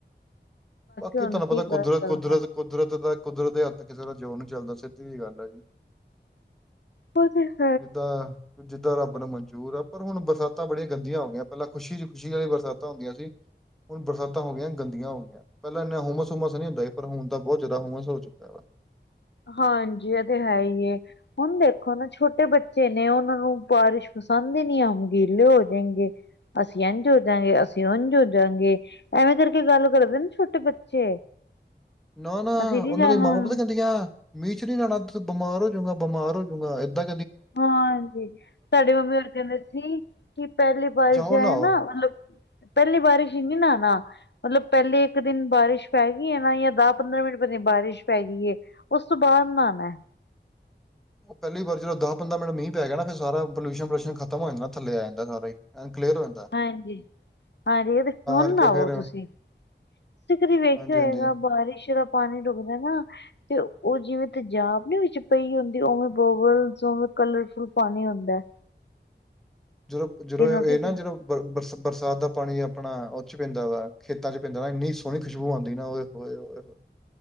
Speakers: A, in the centre; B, on the left.
A: ਬਾਕੀ
B: ਹੁਣ
A: ਤੁਆਨੂੰ ਪਤਾ
B: ਕੀ ਕਰ
A: ਕੁਦਰਤ,
B: ਸਕਦਾ।
A: ਕੁਦਰਤ, ਕੁਦਰਤ ਦਾ ਕੁਦਰਤ ਦੇ ਹੱਥ ਕਿਸੇ ਦਾ ਜ਼ੋਰ ਨੀ ਚੱਲਦਾ ਸਿੱਧੀ ਜੀ ਗੱਲ ਐ ਜੀ।
B: ਹੋ ਗਿਆ।
A: ਜਿੱਦਾਂ ਜਿੱਦਾਂ ਰੱਬ ਨੂੰ ਮਨਜੂਰ ਆ ਪਰ ਹੁਣ ਬਰਸਾਤਾਂ ਬੜੀਆਂ ਗੰਦੀਆਂ ਹੋਗੀਆਂ ਪੈਲਾਂ ਖੁਸ਼ੀ ਚ ਖੁਸ਼ੀ ਵਾਲੀ ਬਰਸਾਤਾਂ ਹੁੰਦੀਆਂ ਸੀ। ਹੁਣ ਬਰਸਾਤਾਂ ਹੋਗੀਆਂ ਗੰਦੀਆਂ ਹੋਗੀਆਂ। ਪੈਲਾਂ ਇੰਨਾ ਹ ਹੁੰਮਸ-ਹੂੰਮਸ ਨੀ ਹੁੰਦਾ ਸੀ ਪਰ ਹੁਣ ਤਾਂ ਬੋਤ ਜ਼ਿਆਦਾ ਹ ਹੁੰਮਸ ਹੋ ਚੁੱਕਾ ਵਾ।
B: ਹਾਂਜੀ, ਏ ਤੇ ਹੈ ਈ ਏ। ਹੁਣ ਦੇਖੋ ਨਾ ਛੋਟੇ ਬੱਚੇ ਨੇ ਓਨਾਂ ਨੂੰ ਬਾਰਿਸ਼ ਪਸੰਦ ਈ ਨੀ ਆਂਦੀ ਗੀਲੇ ਹੋ ਜਾਂਗੇ। ਅਸੀਂ ਇੰਝ ਹੋ ਜਾਂਗੇ ਅਸੀਂ ਉਝ ਹੋ ਜਾਂਗੇ। ਐਵੇਂ ਕਰਕੇ ਗੱਲ ਕਰਦੇ ਨੇ ਛੋਟੇ ਬੱਚੇ।
A: ਨਾ-ਨਾ
B: ਅਸੀਂ ਨੀ
A: ਓਨਾਂ
B: ਜਾਣਾ।
A: ਦੀਆਂ ਮਾਵਾ ਪਤਾ ਕੀ ਕੈਂਦੀਆਂ ਮੀਂਹ ਚ ਨੀ ਨਾਉਣਾ ਬਿਮਾਰ ਹੋਜੂਗਾ ਬਿਮਾਰ ਹੋਜੂਗਾ ਏਂਦਾਂ
B: ਹਾਂਜੀ। ਸਾਡੀ ਮੰਮੀ ਹੋਰ ਕਹਿੰਦੇ ਸੀ ਕਿ ਪੈਲੀ ਬਾਰਿਸ਼
A: ਜਾਓ
B: ਹੈ
A: ਨਹਾਓ
B: ਨਾ ਮਤਲਬ ਪੈਹਲੀ ਬਰਿਸ਼ ਨੀ ਨਾਣਾ। ਮਤਲਬ ਪੈਹਲੇ ਇੱਕ ਦਿਨ ਬਾਰਿਸ਼ ਪੈਗੀ ਆ ਹ ਨਾ ਜਾਂ ਦਸ, ਪੰਦਰਾਂ ਮਿੰਟ ਪੈਲਾ ਬਾਰਿਸ਼ ਪੈ ਗਈ। ਓਸ ਤੋਂ ਬਾਅਦ ਨਾਉਣਾਂ ਏ।
A: ਓ ਪੈਹਲੀ ਵਾਰ ਜਦੋਂ ਦਸ, ਪੰਦਰਾਂ ਮਿੰਟ ਪੈ ਗਿਆ ਨਾ ਫੇਰ ਸਾਰਾ ਪੋਲਿਊਸਨ ਸ ਪਲੂਸ਼ਨ ਖਤਮ ਹੋ ਜਾਂਦਾ ਥੱਲੇ ਆ ਜਾਂਦਾ ਸਾਰਾ ਈ। ਕਲੀਅਰ ਹੋ ਜਾ
B: ਹਾਂਜੀ, ਆਜੋ ਜੇ ਹੁਣ
A: ਕਰਕੇ
B: ਨਾ ਆਓ
A: ਫਿਰ
B: ਤੁਸੀਂ ਤੁਂਸੀਂ ਵੀ ਕਦੀ ਵੇਖਿਆ
A: ਹਾਂਜੀ
B: ਹੋਏਗਾ
A: ਹਾਂਜੀ
B: ਬਾਰਿਸ਼ ਦਾ ਪਾਣੀ ਡੁੱਬਦਾ ਨਾ ਤੇ ਓ ਜਿਵੇਂ ਤੇਜਾਬ ਨੀ ਵਿੱਚ ਪਈ ਹੁੰਦੀ ਉਵੇਂ ਬੋਬਲ ਉਵੇਂ ਕਲਰਫੁਲ ਪਾਣੀ ਹੁੰਦਾ।
A: ਜਦੋਂ, ਜਦੋਂ
B: ਇਹ ਨੋਟਿਸ
A: ਏਹ ਨਾ ਜਦੋਂ ਬਰਸ ਬਰਸਾਤ ਦਾ ਪਾਣੀ ਆਪਣਾ ਓ ਚ ਪੈਂਦਾ ਵਾ ਖੇਤਾਂ ਚ ਪੈਂਦਾ ਨਾ ਐਨੀ ਸੋਹਣੀ ਖੁਸ਼ਬੂ ਆਂਦੀ ਨਾ ਉਏ ਹੋਏ ਉਹੋ।